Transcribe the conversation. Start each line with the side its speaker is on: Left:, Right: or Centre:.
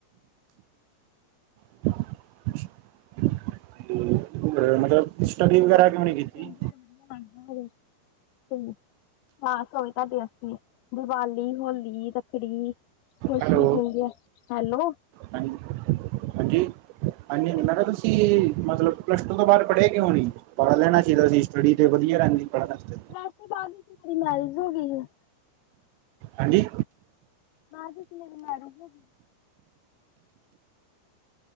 Right: <inaudible> ਮਤਲਬ
Left: ਹੋਰ ਤੁਸੀਂ
Right: ਸਟੱਡੀ
Left: ਸੁਣਾਓ
Right: ਵਗੈਰਾ
Left: ਤੁਹਾਨੂੰ
Right: ਕਿਉਂ ਨਹੀਂ
Left: ਕੋਈ
Right: ਕੀਤੀ
Left: ਦਿਨ-ਤਿਉਹਾਰ ਵਧੀਆ ਲੱਗਦਾ ਹੋਵੇ? ਹੂੰ ਖਾਸ ਹੋਵੇ। ਸਾਡੇ ਐਥੇ ਦੀਵਾਲੀ, ਹੋਲੀ, ਰੱਖੜੀ ਖੁਸ਼ੀ
Right: ਹੈਲੋ
Left: ਦਿੰਦੇ ਐ ਹੈਲੋ
Right: ਹਾਂਜੀ, ਹਾਂਜੀ-ਹਾਂਜੀ
Left: ਹਾਂਜੀ
Right: ਮੈਂ ਕਿਹਾ ਤੁਸੀਂ ਮਤਲਬ ਪਲੱਸ ਟੂ ਤੋਂ ਬਾਦ ਪੜ੍ਹੇ ਕਿਉਂ ਨੀ, ਪੜ੍ਹ ਲੈਣਾ ਚਾਹੀਦਾ ਸੀ। ਸਟੱਡੀ ਤੇ ਵਧੀਆ ਰਹਿੰਦੀ ਪੜ੍ਹਨ ਆਸਤੇ।
Left: ਵੈਸੇ, ਬਾਦ ਵਿੱਚ ਮੇਰੀ ਮੈਰਿਜ ਹੋ ਗਈ ਸੀ।
Right: ਹਾਂਜੀ
Left: ਬਾਦ ਵਿੱਚ ਮੇਰੀ ਮੈਰਿਜ ਹੋ